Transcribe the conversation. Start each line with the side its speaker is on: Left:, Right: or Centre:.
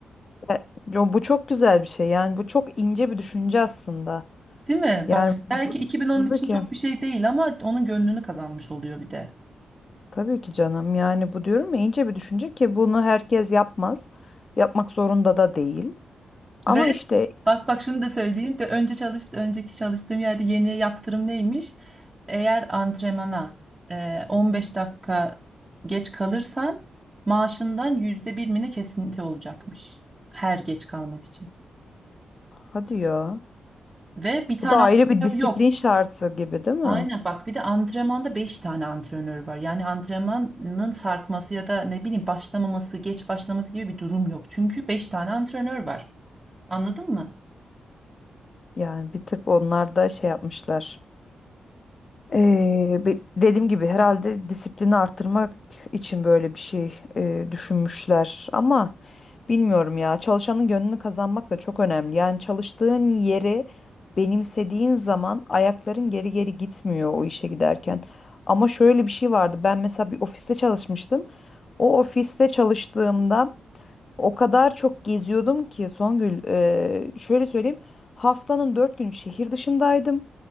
Left: e, co- bu çok güzel bir şey. Yani bu çok ince bir düşünce aslında.
Right: Değil mi?
Left: Yani
Right: Bak belki
Left: bu-
Right: 2000 onun
Left: tabii
Right: için
Left: ki
Right: çok bir şey değil ama onun gönlünü kazanmış oluyor bir de.
Left: tabii ki canım. Yani bu diyorum ya ince bir düşünce ki bunu herkes yapmaz. Yapmak zorunda da değil. Ama
Right: Ve
Left: işte
Right: bak bak şunu da söyleyeyim de önce çalıştı önceki çalıştığım yerde yeni yaptırım neymiş? Eğer antrenmana e, 15 dakika geç kalırsan maaşından %1'ine kesinti olacakmış. Her geç kalmak için.
Left: hadi ya.
Right: Ve bir tane
Left: Bu da ayrı
Right: antrenör
Left: bir disiplin
Right: yok.
Left: şartı gibi değil mi?
Right: Aynen bak bir de antrenmanda 5 tane antrenör var. Yani antrenmanın sarkması ya da ne bileyim başlamaması, geç başlaması gibi bir durum yok. Çünkü beş tane antrenör var. Anladın mı?
Left: Yani bir tık onlar da şey yapmışlar. Ee, be- dediğim gibi herhalde disiplini arttırmak için böyle bir şey e, düşünmüşler. Ama bilmiyorum ya çalışanın gönlünü kazanmak da çok önemli. Yani çalıştığın yeri benimsediğin zaman ayakların geri geri gitmiyor o işe giderken. Ama şöyle bir şey vardı. Ben mesela bir ofiste çalışmıştım. O ofiste çalıştığımda O kadar çok geziyordum ki Songül, eee, şöyle söyleyeyim. Haftanın dört günü şehir dışındaydım.